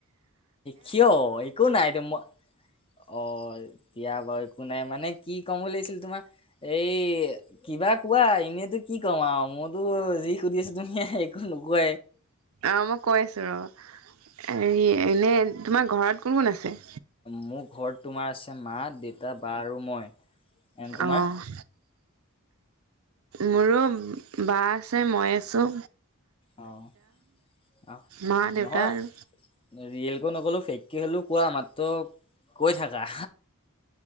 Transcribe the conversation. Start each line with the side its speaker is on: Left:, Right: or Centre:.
Left: কিয় একো নাই মই অ'। এতিয়া বাৰু একো নাই মানে কি ক'ম লাগিছিল তোমাৰ এই কিবা কোৱা এনেইতো কি ক'ম আৰু মইতো যি সুধিছো তুমি একো নোকোৱাই।
Right: অ' মই কৈ আছো ৰ হেৰি এনে তোমাৰ ঘৰত কোন কোন আছে।
Left: মোৰ ঘৰত তোমাৰ আছে মা দেউতা বা আৰু মই। এন তোমাৰ?
Right: অহ' মোৰো বা আছে মই আছোঁ।
Left: অ' অ'
Right: মা দেউতা
Left: নহয়
Right: আৰু
Left: ৰিয়েলকৈ নকলেও। ফ্ৰেইনক হ'লেও কোৱা মাত্ৰ কৈ থাকা।